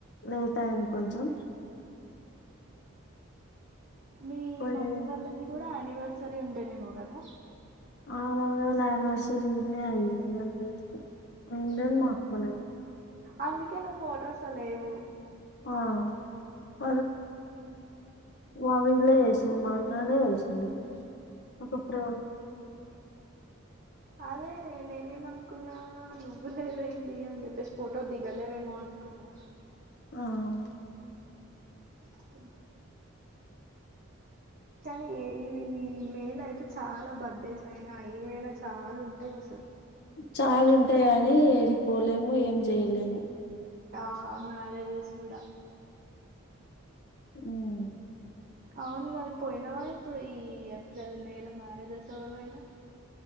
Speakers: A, on the left; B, on the right.
A: లేట్ అ కొంచం
B: మీ
A: పోయి
B: మమ్మీ వాళ్ళని కూడా అనివర్స సరి ఉండేనేమో గదా
A: ఆలాలయ శరన్న అయిండ <unintelligible> అంటే
B: ఉమ్,
A: మాకులే
B: అందుకే నువ్వు ఫొటోస్లో లేవు
A: ఆహ్ ప మావి లే ఏసింది మా అన్నానే ఏసిండు ఒకప్పుడు
B: అదేే నేనేమనుకున్నా నువ్వులేవైంది అని చెప్పేసి ఫోటో దిగలేవేమో అనుకున్నా
A: ఆహ్
B: ఒకే కానీ ఈ ఈ ఈ నేల అయితే చాలా బర్త్డేస్ అయినా ఏవైనా చాలా ఉంటాయి అసలు
A: చాలు ఉంటాయి కాని ఎడిగిపోలేము ఏం చేయలేము
B: ఆహ్ మ్యారేజ్స్ కూడా
A: హమ్
B: అవును మరి పోయినావా ఇప్పుడు ఈ ఏప్రిల్ మేల మ్యారేజ్స్ ఎవరివైనా